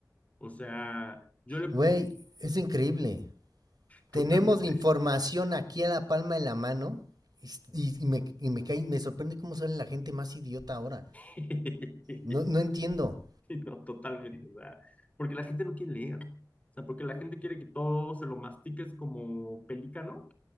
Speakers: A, on the left; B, on the right.
A: O sea, yo le pu-
B: Güey, es increíble.
A: totalmente,
B: Tenemos la información aquí a la palma de la mano y, y- me, y me cae- me sorprende cómo sale la gente más idiota ahora.
A: <laughs> sí,
B: No, no entiendo.
A: no, totalmente, o sea, porque la gente no quiere leer. O sea, porque la gente quiere que todo se lo mastiques como pelícano,